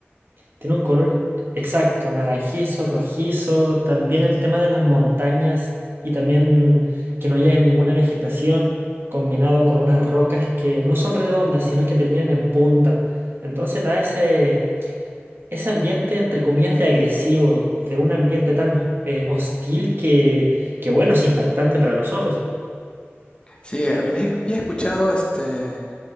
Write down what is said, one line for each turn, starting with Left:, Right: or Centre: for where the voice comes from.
Right: Tiene un color exacto, naranjizo, rojizo, también el tema de las montañas y también que no haya ninguna vegetación combinado con unas rocas que no son redondas, sino que terminan en punta. Entonces da ese, ese ambiente, entre comillas, de agresivo, de un ambiente tan eh, hostil que, que, bueno, es impactante para los ojos.
Left: Sí, había, había escuchado este